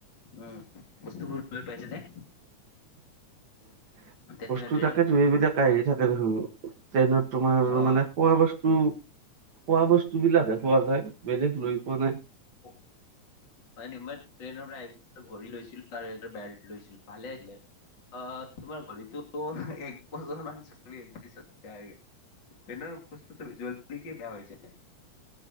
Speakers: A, on the left (about 35°); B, on the right (about 55°).
A: উম। বস্তুবোৰ লৈ পাইছেনে?
B: <inaudible>
A: তেনেকুৱা
B: বস্তু
A: ট্ৰেইনত
B: তাকেটো এইবিলাক আহি থাকে দেখোন ট্ৰেইনত তোমাৰ
A: অ
B: মানে খোৱা বস্তু খোৱা বস্তুবিলাকহে পোৱা যায় বেলেগ লৈ পোৱা নাই।
A: <unintelligible> বাইনেমল ট্ৰেইনৰ পৰা একবাৰ ঘড়ী লৈছিলো আৰু একবাৰ বেল্ট লৈছিলো ভালে আহিলে আৰু। আ তোমাৰ ঘড়ীটো এক ক'ত আছে জানো <unintelligible> ট্ৰেইন বস্তুটো জল্দি কে বেয়া হৈ যায়।